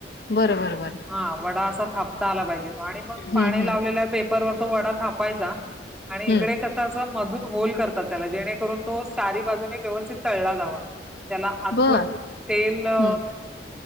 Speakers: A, on the left (about 60°); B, in the centre.
A: बरं, बरं, बरं.
B: हा वडा असा थापता आला पाहिजे आणि मग पाणी
A: हं, हं,
B: लावलेलं पे पर वर तो वडा थापायचा आणि
A: हं.
B: इकडे कसं असं मधून होल करतात त्याला जेणेकरून तो सारी बाजूने व्यवस्थित तळला जावा त्याला आतून
A: बरं.
B: तेल.. <inaudible>
A: हं,